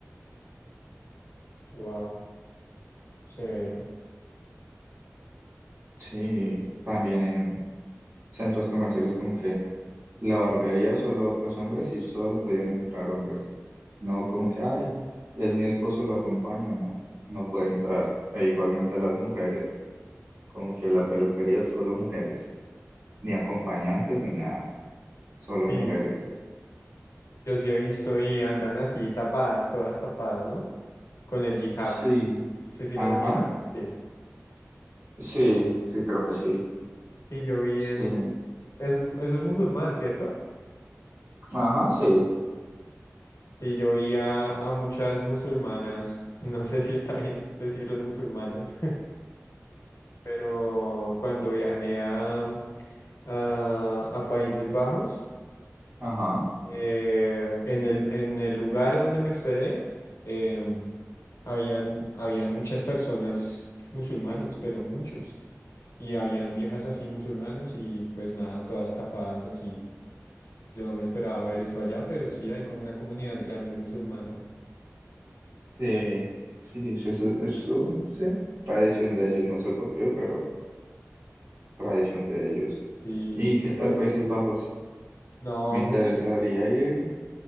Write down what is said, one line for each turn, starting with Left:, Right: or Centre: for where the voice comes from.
Left: wow, severo.
Right: Sí, también en centros comerciales como que La barbería solo, pues hombres y solo podían entrar hombres. No como que, ay, es mi esposo, lo acompaño, no, no puede entrar. E igualmente las mujeres, como que la peluquería solo mujeres, ni acompañantes ni nada, solo
Left: Sí,
Right: mujeres.
Left: yo sí he visto y andan así tapadas, todas tapadas, ¿no? Con el hijab.
Right: Sí.
Left: ¿Sí se
Right: Ajá,
Left: llama hijab? Sí.
Right: sí, sí,
Left: Sí.
Right: creo que sí.
Left: Sí, yo vi en...
Right: Sí,
Left: Eso es, eso es musulmán, ¿cierto?
Right: ajá, sí,
Left: Sí, yo vi a, a muchas musulmanas, <laughs> no sé si está bien decirles musulmanas, <laughs> pero cuando viajé a, a, a Países Bajos,
Right: ajá,
Left: eh, en el, en el lugar donde me hospedé, em, habían, habían muchas personas musulmanas, pero muchos, y habían viejas así musulmanas y pues nada, todas tapadas así. Yo no me esperaba ver eso allá, pero sí hay como una comunidad grande musulmana.
Right: sí,
Left: Mm.
Right: sí, sí, eso, eso, sí, tradición de ellos, no sé por qué, pero tradición de ellos.
Left: Sí.
Right: ¿Y qué tal
Left: Ve-
Right: Países Bajos?
Left: No,
Right: Me interesaría
Left: muy chimba.
Right: ir,